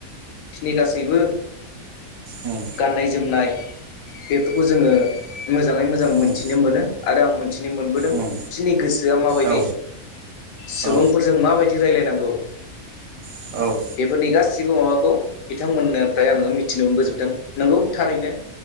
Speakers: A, on the left; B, on the right.
A: बिसिनि गासैबो
B: उम
A: गाननाय जोमनाय। बेफोरखौ जोङो मोजाङै मोजां।
B: उम
A: मिथिनो
B: उम
A: मोनो। <unintelligible> दों
B: उम
A: बिसिनि गोसोआ माबायदि
B: औ
A: सुबुंफोरजों
B: औ
A: माबायदि रायलायनांगौ। <inaudible>
B: औ
A: बेफोरनि गासिबो माबा। खौ बिथांमोननो। ओमफ्राय आङो मिथिनो मोनबोजोबदों। नंगौ। थारैनो